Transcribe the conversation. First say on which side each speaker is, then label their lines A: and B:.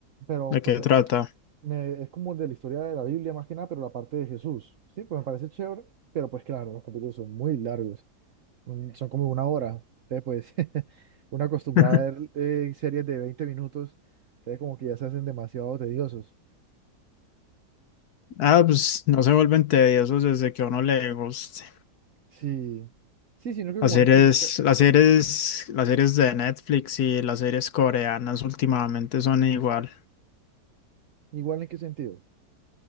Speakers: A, on the right (about 55°); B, on the left (about 70°).
A: pero
B: ¿De
A: pues
B: qué
A: me-
B: trata?
A: me- es como de la historia de la Biblia más que nada, pero la parte de Jesús. Sí, pues me parece chévere, pero pues claro, los capítulos son muy largos, mm, son como una hora. Entonces, pues, <laughs> uno acostumbrado
B: <laughs>
A: a ver eh, series de 20 minutos, entonces como que ya se hacen demasiado tediosos.
B: Ah, pues no se vuelven tediosos desde que a uno le guste.
A: Sí, sí, sino que como
B: Las series,
A: es el primer ca-
B: las series, las series de Netflix y las series coreanas últimamente son igual
A: igual en qué sentido.